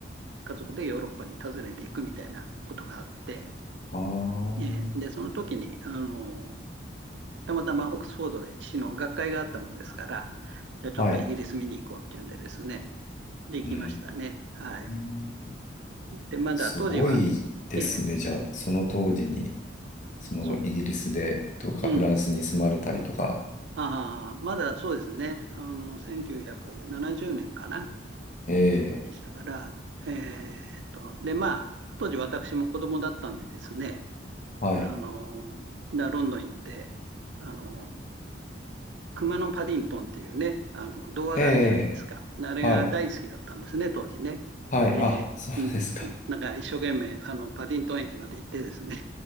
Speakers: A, on the right (about 70°); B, on the left (about 40°).
A: 家族でヨーロッパに訪ねていくみたいなことがあって、
B: ああ、
A: ええで、その時に、あの、たまたまオックスフォードで父の学会があったもんですから、じゃあちょっとイギリス見に行こうっていうんでですね、
B: はい。
A: できましたね。
B: うー
A: はい。
B: ん。
A: で、まだ当時は、
B: すごいですね。
A: ええ、
B: じゃあ、その当時に、そのイギリスでとかフランスに住まれたりとか。
A: そ、うん。ああ、まだそうですね。あの、1970年かな。
B: ええ。
A: でしたから、えーっと、で、まあ、当時私も子供だったんでですね、
B: はい。
A: あの、ロンドン行って、あの、熊のパディントンっていうね、あの、童話があるじゃないですか。
B: ええ。
A: あれが大好きだったんですね、
B: はい。
A: 当時ね。
B: はい。
A: で、
B: あ、そうですか。
A: うん、なんか一生懸命、あの、パディントン駅まで行ってですね、